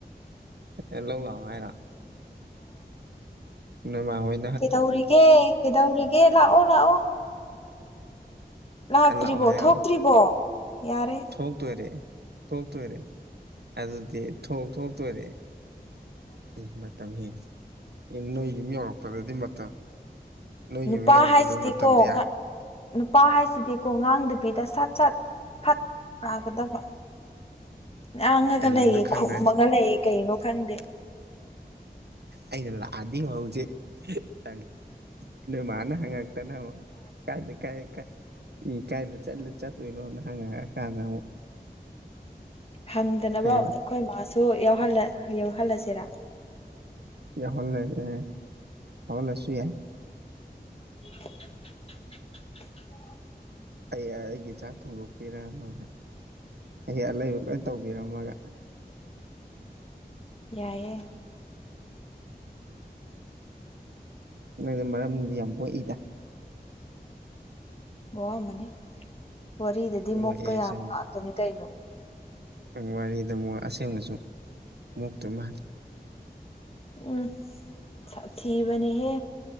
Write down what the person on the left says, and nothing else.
ꯀꯩꯗꯧꯔꯤꯒꯦ ꯀꯩꯗꯧꯔꯤꯒꯦ ꯂꯥꯛꯑꯣ ꯂꯥꯛꯑꯣ ꯂꯥꯛꯇ꯭ꯔꯤꯕꯣ
ꯊꯣꯛꯇ꯭ꯔꯤꯕꯣ ꯌꯥꯔꯦ
ꯅꯨꯄꯥ
ꯍꯥꯏꯁꯤꯗꯤꯀꯣ
ꯉꯍꯥꯛ ꯅꯨꯄꯥ ꯍꯥꯏꯁꯤꯗꯤꯀꯣ ꯉꯥꯡꯗꯕꯤꯗ ꯁꯠ ꯁꯠ ꯐꯠꯇꯒꯗꯕ ꯉꯥꯡꯉꯒ
ꯂꯩꯌꯦ
ꯈꯨꯝꯃꯒ ꯂꯩꯌꯦ ꯀꯩꯅꯣ ꯈꯪꯗꯦ
ꯍꯪꯗꯅꯕ
ꯑꯩꯈꯣꯏ ꯃꯥꯁꯨ ꯌꯥꯧꯍꯜꯂꯁꯤꯔꯥ
ꯖꯅꯝꯃꯝ
ꯌꯥꯏꯑꯌꯦ
ꯋꯥꯃꯅꯤ ꯋꯥꯔꯤꯗꯗꯤ ꯃꯣꯛꯄ
ꯌꯥꯕ ꯉꯥꯛꯇꯅꯤ ꯀꯩꯅꯣ
ꯎꯝ ꯊꯤꯕꯅꯦꯍꯦ